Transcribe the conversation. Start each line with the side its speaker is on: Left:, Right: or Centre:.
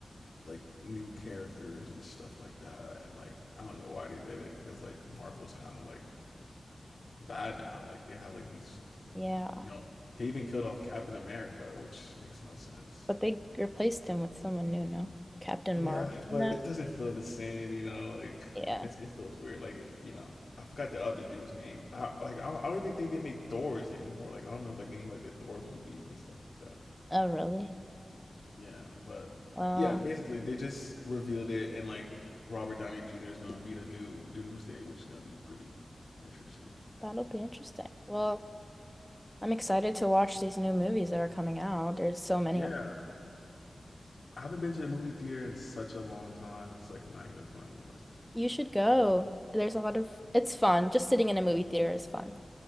Left: like new characters and stuff like that. And like I don't know why they did it because like Marvel's kind of like bad now. Like they have like these
Centre: Yeah.
Left: you know they even killed off Captain America, which makes no sense.
Centre: But they replaced him with someone new, no? Captain
Left: Yeah,
Centre: Marvel now?
Left: but it doesn't feel the same, you know. Like
Centre: Yeah.
Left: it's, it feels weird. Like you know, I forgot the other dude's name. I, like I, I don't even think they make Doors anymore. Like I don't know if like any like the Thor movies and stuff like that.
Centre: Oh, really?
Left: Yeah, but
Centre: Well,
Left: yeah, basically they just revealed it, and like Robert Downey Jr. is gonna be the new Doomsday, which is gonna be pretty interesting.
Centre: that'll be interesting. Well, I'm excited to watch these new movies that are coming out. There's so many
Left: Yeah,
Centre: of
Left: I haven't been to the movie theater in such a long time. It's like not even funny. Like
Centre: You should go. There's a lot of, it's fun. Just sitting in a movie theater is fun.